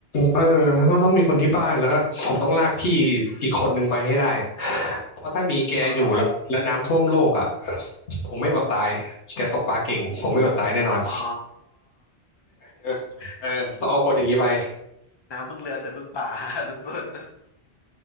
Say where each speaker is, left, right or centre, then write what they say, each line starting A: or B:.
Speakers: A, on the left; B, on the left.
A: เออก็ต้องมีคนที่บ้านแล้วก็ผมต้องลากพี่อีกคนนึงไปให้ได้เพราะถ้ามีแกอยู่แล้วแล้วน้ำท่วมโลกอ่ะ
B: อ๋อเหรอ
A: ผมไม่อดตายแกตกปลาเก่งผมไม่อดตายแน่นอน
B: เอออ๋อ
A: เออเออต้องเอาคนอย่างนี้ไป
B: <laughs> น้ำพึ่งเรือเสือพึ่งป่า <laughs> สุด